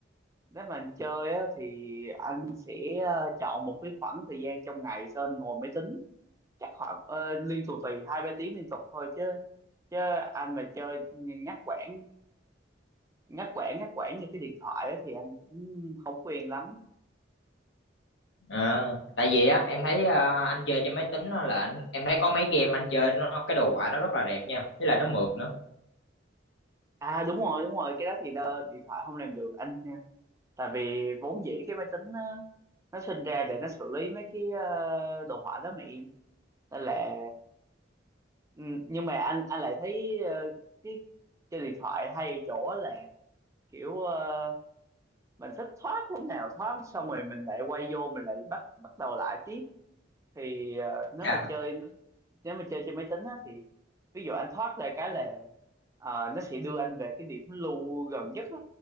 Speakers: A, on the right; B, on the left.
A: nếu mà anh chơi á thì anh sẽ ờ, chọn một cái khoảng thời gian trong ngày cho anh ngồi máy tính chắc khoảng ờ, liên tục tùy hai ba tiếng liên tục thôi chứ chứ anh mà chơi nhắc quãng ngắt quãng ngắt quãng như cái điện thoại á thì anh cũng không quen lắm
B: à, tại vì á em thấy ờ, anh chơi trên máy tính á là anh- em thấy có mấy game anh chơi nó cái đồ họa nó rất là đẹp nha với lại nó mượt nữa
A: à đúng rồi đúng rồi cái đó thì đơ, điện thoại không làm được anh nha tại vì vốn dĩ cái máy tính nó, nó sinh ra để nó xử lý mấy cái ờ, đồ họa đó mà em nên là ừ, nhưng mà anh anh lại thấy ờ, cái chơi điện thoại hay ở chỗ là kiểu ờ, mình thích thoát lúc nào thoát xong rồi mình lại quay vô mình lại bắt bắt đầu lại tiếp thì ờ, nếu
B: À,
A: mà chơi máy nếu mà chơi trên máy tính á, thì ví dụ anh thoát ra cái là ờ, nó sẽ đưa anh về cái điểm lưu gần nhất á.